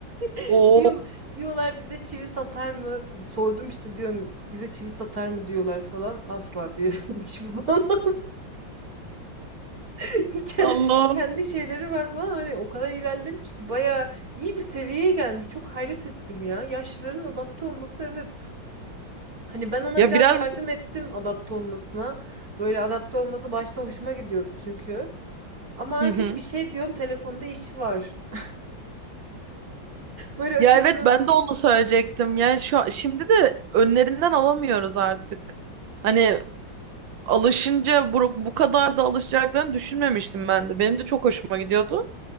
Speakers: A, on the right (about 45°); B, on the right (about 75°).
A: <laughs>
B: Oo,
A: Diyor, diyorlar bize çivi satar mı? Sordum işte diyorum bize çivi satar mı diyorlar falan. Asla diyor <laughs> çivi bulamaz. <laughs> Ke-
B: Allah'ım.
A: Kendi şeyleri var falan hani o kadar ilerlemiş ki bayağı iyi bir seviyeye gelmiş. Çok hayret ettim ya. Yaşlıların adapte olması evet. Hani ben ona
B: Ya
A: biraz
B: biraz
A: yardım ettim adapte olmasına. Böyle adapte olması başta hoşuma gidiyordu çünkü. Ama artık
B: hı hı.
A: bir şey diyorum telefonda işi var. <laughs> Böyle
B: Ya
A: senin
B: evet
A: o...
B: ben de onu söyleyecektim. Yani şu an- şimdi de önlerinden alamıyoruz artık. Hani alışınca bu, bu kadar da alışacaklarını düşünmemiştim ben de. Benim de çok hoşuma gidiyordu.